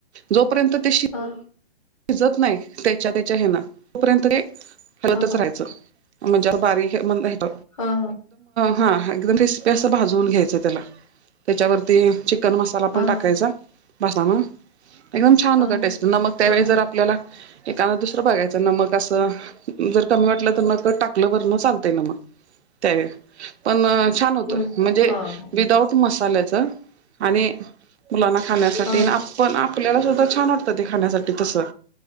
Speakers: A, on the right; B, on the left.
A: जोपर्यंत ते
B: हा
A: शिजत नाही त्याच्या त्याच्या हना तोपर्यंत ते हरवतच
B: हा
A: राहायचं म्हणजे बारीक एक एक
B: हा
A: हा एकदम किस्पी अस भाजून घ्यायचं त्याला त्याच्यावरती चिकन मस्त
B: हा
A: ण टाका
B: हा
A: भसा एकम छान
B: अ,
A: हो
B: अ,
A: टेस्ट मग त्यावे आपल्याला एखकादा दुसरं बघायचं नमक असं जर कमी वाटलं तर म टाकलं बरण सांगताय ना मग त्यावे पण छान होत
B: होय.
A: म्हणजे
B: हां,
A: विदाऊट मसाल्याच आणि मुलांना खाण्यासाठी
B: हां.
A: आणि आपण आपल्याला सुद्धा छान वाटतं ते खाण्यासाठी त